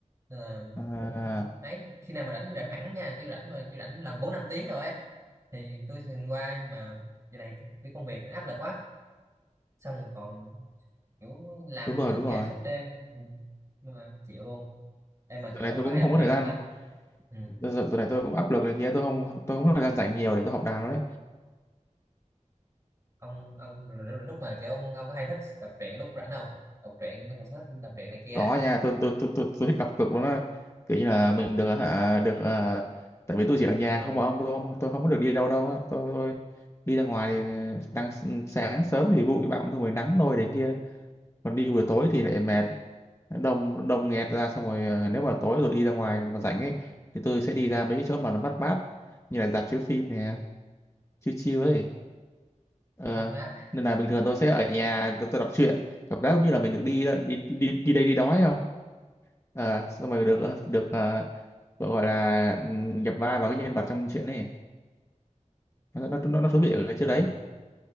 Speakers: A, on the right (about 25°); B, on the left (about 20°).
A: nên là
B: à,
A: cũng ấy khi nào mà rảnh rảnh hẳn nha kiểu rảnh rồi kiểu rảnh lần bốn năm tiếng rồi ấy thì tôi thường qua nhưng mà giờ này cái công việc nó áp lực quá xong rồi còn kiểu làm
B: đúng rồi
A: suốt
B: đúng rồi
A: ngày suốt đêm ừ. nên là chịu luôn em mà
B: giờ
A: kiểu
B: này
A: ông
B: tôi
A: có
B: cũng
A: hay đọc
B: không có
A: truyện
B: thời gian
A: không ta ừ.
B: giờ, giờ này tôi cũng áp lực này kia tôi không tôi không có thời gian rảnh nhiều để tôi học đàn đó
A: ông ông rồi- rồi lúc mà kiểu ông ông có hay thích đọc truyện lúc rảnh không đọc truyện thích đọc truyện này kia
B: có nha tôi tôi tôi tôi, tôi thích đặt cược luôn á kiểu như là mình được hả được à, tại vì tôi chỉ ở nhà
A: ừ.
B: không mà ông tôi không tôi không có được đi đâu đâu á tôi, tôi đi ra ngoài thì ờ, đang s- sáng sớm thì bụi bặm xong rồi nắng nôi đấy kia còn đi buổi tối thì lại mệt đông đông nghẹt ra xong rồi à, nếu mà tối rồi đi ra ngoài mà rảnh ấy thì tôi sẽ đi
A: ừ.
B: ra mấy cái chỗ mà nó mát mát như là rạp chiếu phim nè chill chill ấy Ờ,
A: mát mát
B: nên là bình thường tôi sẽ ở nhà tôi, tôi đọc truyện cảm giác giống như là mình được đi đi đi đi đây đi đó ấy không Ờ, xong rồi được ờ, được ờ, gọi gọi là ừm, nhập vai vào cái nhân vật trong chuyện này nó nó nó, nó thú vị ở cái chỗ
A: Ờ,
B: đấy